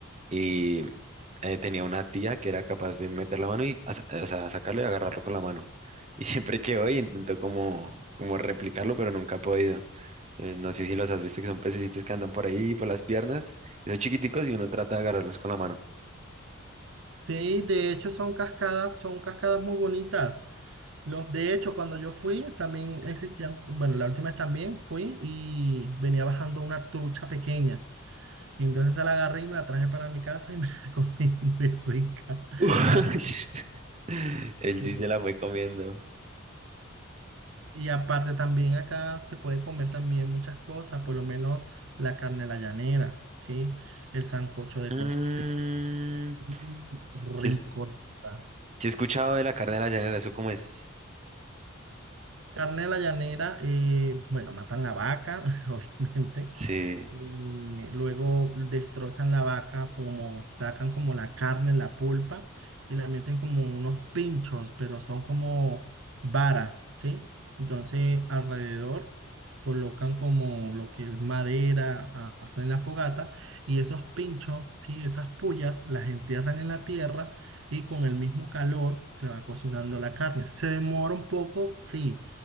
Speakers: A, on the right (about 30°); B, on the right (about 60°).
A: y eh, tenía una tía que era capaz de meter la mano y a sa- o sea, sacarlo y agarrarlo con la mano. Y <laughs> siempre quedó y intentó como, como replicarlo, pero nunca he podido. Eh, no sé si los has visto que son pececitos que andan por ahí, por las piernas, y son chiquiticos y uno trata de agarrarlos con la mano.
B: Sí, de hecho son cascadas, son cascadas muy bonitas. Los, de hecho, cuando yo fui, también existían, bueno, la última vez también fui y venía bajando una trucha pequeña. Y entonces se la agarré y me la traje para mi casa y me la <laughs> comí muy rica.
A: <laughs>
B: La rica,
A: Él
B: muy
A: sí
B: rica.
A: se la fue comiendo.
B: y aparte también acá se puede comer también muchas cosas, por lo menos la carne a la llanera, ¿sí? El sancocho de
A: Mm,
B: costilla. Mm,
A: sí,
B: Rico.
A: es
B: la
A: Sí he escuchado de la carne de la llanera, ¿eso cómo es?
B: Carne de la llanera, eh, bueno, matan la vaca, <laughs> obviamente.
A: Sí.
B: Mm, Luego destrozan la vaca, como sacan como la carne, la pulpa, y la meten como unos pinchos, pero son como varas, ¿sí? Entonces alrededor colocan como lo que es madera, a- hacen la fogata, y esos pinchos, ¿sí? Esas pullas las entierran en la tierra y con el mismo calor se va cocinando la carne. ¿Se demora un poco? Sí,